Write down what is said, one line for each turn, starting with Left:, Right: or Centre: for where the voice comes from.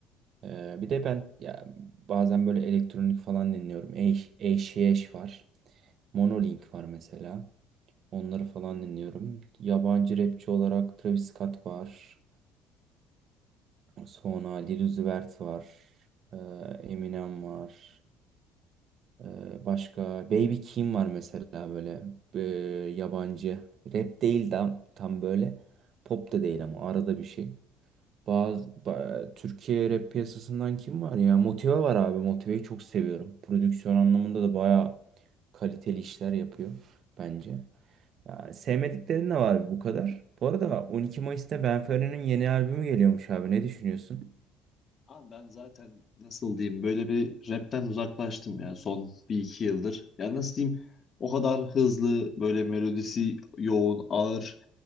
Right: Ee, bir de ben ya, bazen böyle elektronik falan dinliyorum. Eyş Eyş var. Monolink var mesela. Onları falan dinliyorum. Yabancı rapçi olarak Travis Scott var. Sonra Lil Uzi Vert var. Ee, Eminem var. Ee, başka Baby Keem var mesela böyle ee, yabancı. Rap değil tam, tam böyle. Pop da değil ama arada bir şey. Bazı ba- Türkiye rap piyasasından kim var ya? Motive var abi. Motive'yi çok seviyorum. Prodüksiyon anlamında da bayağı kaliteli işler yapıyor bence. Ya, sevmediklerin de var bu kadar. Bu arada 12 Mayıs'ta Benfero'nun yeni albümü geliyormuş abi. Ne düşünüyorsun?
Left: Abi ben zaten nasıl diyeyim böyle bir rapten uzaklaştım ya son bir iki yıldır. Ya nasıl diyeyim o kadar hızlı böyle melodisi yoğun ağır